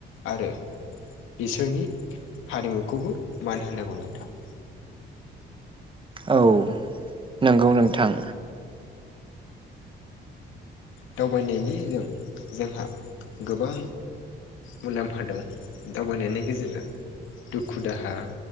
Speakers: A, on the left; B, on the right.
A: आरो बिसोरनि हारिमुखौबो मान होनांगौ नोंथां।
B: औ नंगौ नोंथां।
A: दावबायनायनि जों- जोंहा गोबां मुलाम्फा दं। दावबायनायनि गेजेरजों दुखु दाहा